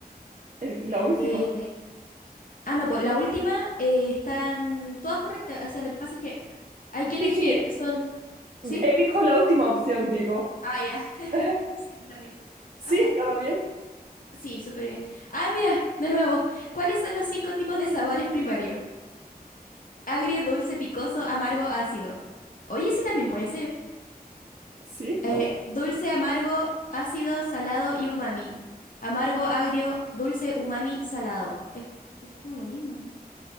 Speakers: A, on the right; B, on the left.
A: El- la última.
B: Eh,
A: O
B: ah, no, pues la última eh, están todas correctas. O sea, lo que pasa es que hay
A: Sí,
B: que elegir,
A: sí,
B: son, ¿sí?
A: elijo la última opción, digo.
B: Ah, ya, <laughs>
A: <laughs>
B: sí, está bien.
A: Sí,
B: Ay,
A: estaba bien.
B: sí, súper bien. Ah, mira, de nuevo, ¿cuáles son los cinco tipos de sabores primarios? Agrio, dulce, picoso, amargo, ácido. Oye, ese también puede ser.
A: Sí,
B: Eh,
A: ¿no?
B: dulce, amargo, ácido, salado y umami. Amargo, agrio, dulce, umami, salado. Es, es como lo mismo, ¿no?